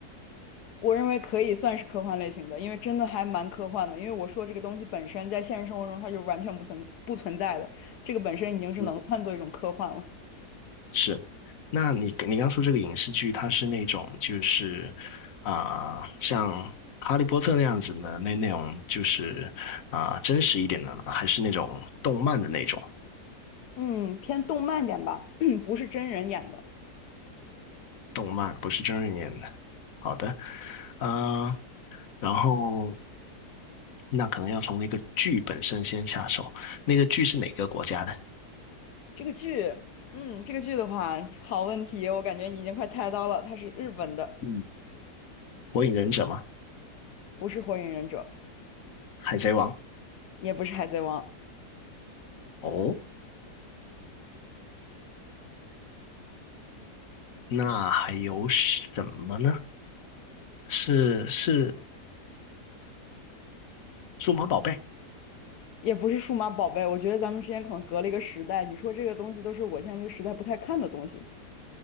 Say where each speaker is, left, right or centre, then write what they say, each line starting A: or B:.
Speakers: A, on the left; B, on the left.
A: 我认为可以算是科幻类型的，因为真的还蛮科幻的。因为我说这个东西本身在现实生活中它就完全不存不存在的，这个本身已经是能算作一种科幻了。
B: 嗯，是。那你你刚说这个影视剧，它是那种就是啊、像《哈利波特》那样子的那那种，就是啊、真实一点的呢，还是那种动漫的那种？
A: 嗯，偏动漫点吧，<clears throat> 不是真人演的。
B: 动漫不是真人演的。好的，嗯、然后那可能要从那个剧本身先下手。那个剧是哪个国家的？
A: 这个剧，嗯，这个剧的话，好问题，我感觉你已经快猜到了，它是日本的，
B: 嗯，《火影忍者》吗？
A: 不是《火影忍者》，
B: 海贼王。
A: 也不是《海贼王》。
B: 哦，那还有什么呢？是是数码宝贝，
A: 也不是数码宝贝，我觉得咱们之间可能隔了一个时代。你说这个东西都是我现在这个时代不太看的东西，